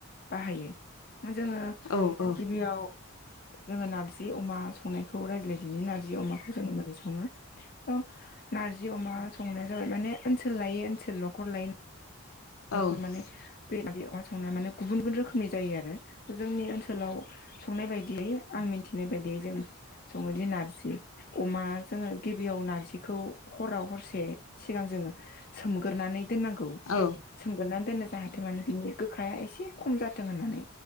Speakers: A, on the left; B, on the left.
A: बाहायो ना जोङो
B: औ औ
A: गिबियाव जोङो नारजि अमा संनायखौ रायज्लाय बिनि नारजि अमाखौ जो मोरै संयो ओ नारजि अ'मा संनो ओ माने ओनसोल लाय ओनसोल नखर लायायो
B: औ
A: न'खर माने <unintelligible> अमा संनाय माने गुबुन गुबुन रोखनिायो आरो जोंनि ओसो सोलाव संनाय बायदियै आं मि मिथिनाय बायदि जों सङोदि नारजि अमा जोङो गिबियाव नारजिखौ हराव हरसे सिगां जोङो सोमगोरानै दोनांगौ
B: औ
A: सोमगोरनानै दोनो जाहाथे माने बिनि गो खाया एसे खम जाथों होन्नानै